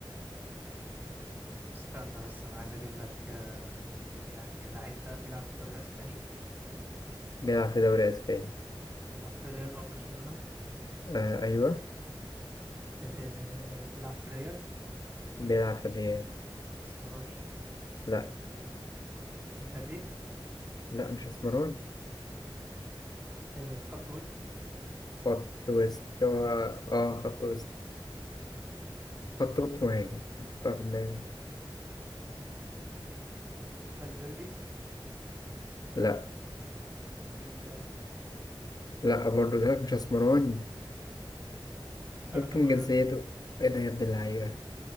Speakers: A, on the right; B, on the left.
A: استنى بس انا عايز اجيب لك آه، سؤال يعني اللعيب ده بيلعب في دوري اسباني
B: بيلعب في دوري أسباني
A: بيلعب في ريال او برشلونة
B: آه أيوه
A: آه، بيلعب في ريال
B: بيلعب في الريال
A: اسمراني
B: لأ
A: امبابي
B: لأ مش أسمراني
A: آه، خط وسط
B: خط وسط هو آه خط وسط خط وسط مهاجم أنا هختار في دماغي
A: فالفيردي
B: لأ
A: بيلينجهام
B: لأ برضه ده مش أسمراني ممكن
A: اردا جولر
B: جنسيته إيه ده يا ابن اللعيبة